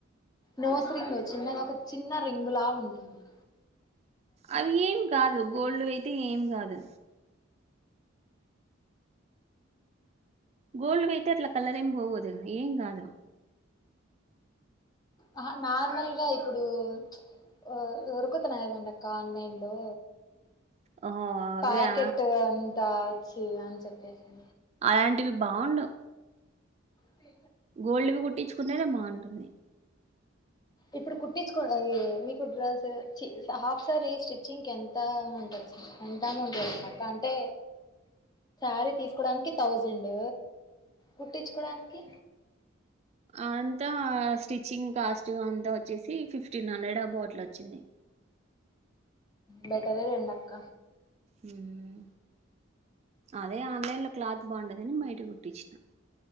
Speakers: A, on the left; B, on the right.
A: నోస్ రింగు చిన్నద ఒక చిన్న రింగ్ లా ఉంటుంది
B: అవి ఏం కాదు గోల్డ్ వి అయితే ఏం కాదు గోల్డ్ వియితే అట్లా కలరేం పోవు దా ఏం కాదు
A: ఆహా నార్మల్గా ఇప్పుడు ప్చ్ ఓ దొరుకుతున్నాయి అండి అక్క ఆన్లైన్ లో
B: ఓహో అవా
A: పాకెట్ అంతా వచ్చి అని చెప్పేసి
B: అలాంటివి బావుండవ్
A: పే
B: గోల్డ్ వి కుట్టించుకునే బాగాటుంది
A: ఇప్పుడు కుట్టిచుకో మీకు డ్రస్ చి స హాఫ్ సారి స్టిచ్చింగ్ ఎంత అమౌంట్ ఎంత అమౌంట్ పడింది అక్క అంటే సారీ తీసుకోడానికి థౌజండ్ కుట్టించుకోవడానికి
B: అంతా స్టిచ్చింగ్ కాస్ట్ అంతా వచ్చేసి ఫిఫ్టీన్ హండ్రెడ్ అబోవ్ అట్లా వొచ్చింది
A: బెటర్ ఏలెండి అక్క
B: ఉమ్ అదే ఆన్లైన్ లో క్లాత్ బాగుండదని బయట కుట్టిచ్చిన